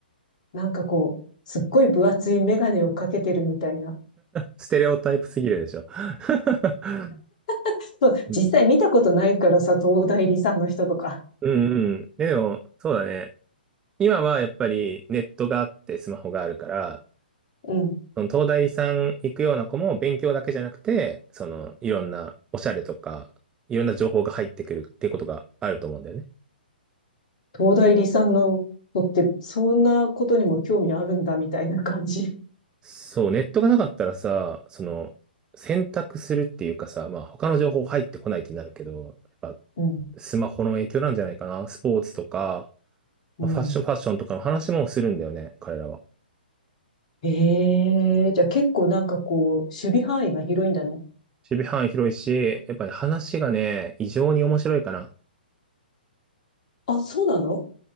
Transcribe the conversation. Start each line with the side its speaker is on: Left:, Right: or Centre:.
Left: なんかこう、すっごい分厚いメガネをかけてるみたいな。
Right: ステレオタイプすぎるでしょ。<laughs>
Left: <laughs> そう実際見たことないからさ、
Right: うん。
Left: 東大理さんの人とか。
Right: うんうん。でも、そうだね。今はやっぱりネットがあってスマホがあるから、
Left: うん。
Right: その東大さん行くような子も勉強だけじゃなくて、そのいろんなおしゃれとか、いろんな情報が入ってくるっていうことがあると思うんだよね。
Left: 東大理さんの子って、そんなことにも興味あるんだ、みたいな感じ。
Right: そう、ネットがなかったらさ、その選択するっていうかさ、まあ他の情報入ってこないってなるけど、やっぱ
Left: <laughs> うん、
Right: スマホの影響なんじゃないかな。スポーツとか、
Left: うん。
Right: まあファッション、ファッションとかの話もするんだよね、彼らは。
Left: ええじゃあ結構なんかこう、守備範囲が広いんだね。
Right: 守備範囲広いし、やっぱね、話がね、異常に面白いかな。
Left: あ、そうなの